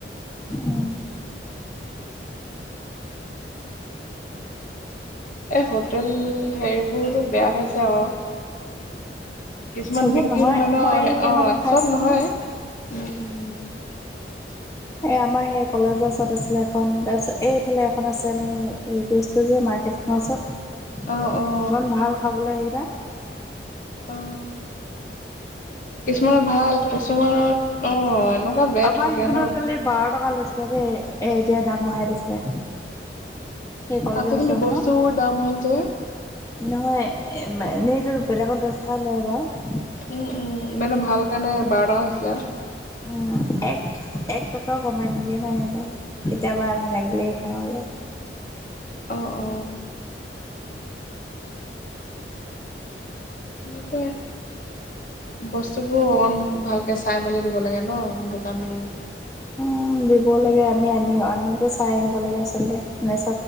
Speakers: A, on the left; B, on the left.
A: উম।
B: এই হোটেল সেইবোৰতো বেয়া হৈছে আক। কিছুমান
A: চবত
B: বিক্ৰী নহয়
A: মই
B: ন
A: এই কেইখনৰ
B: অ
A: খাইছো
B: চব নহয় উ, উ। <inaudible>
A: এ আমাৰ সেই কলেজৰ ওচৰত আছিলে এখন তাৰপিছত এইফালে এখন আছে আমি হেৰি কৰিছিলো যে মাৰ্কেট ওচৰত
B: অ অ
A: ইমান ভাল খাবলৈ সেইকেইটা।
B: অ কিছুমানৰ ভাল কিছুমানত অ। এনেকুৱা বেয়া
A: আমাৰ
B: ঠগে
A: সেইখনত
B: ন
A: কালি বাৰ টকা লৈছিলে। আ দেই এ এতিয়া দাম বঢ়াই দিছিলে। এই কলেজৰ
B: আজিকালি
A: ওচৰখনত
B: বস্তুবোৰ দাম হ'ল যে।
A: নহয়, এম এইটো বেলেগত দশ টকা লয় বাৰু।
B: উম উম মানে ভাল কাৰণে বাৰ টকা হৈছিলে আৰু।
A: অ এক এক টকাও কমাই নিদিয়ে ন সিহঁতে, কেতিয়াবা আমি লাগি লাগি খাওঁ আৰু।
B: অ অ। সেইটোৱে, বস্তুবোৰ অকমান ভাল তে চাই মেলি দিব লাগে ন দোকানবোৰ।
A: উম দিব লাগে আমি আনিও আনোতে চাই আহিব লাগে আচলতে নে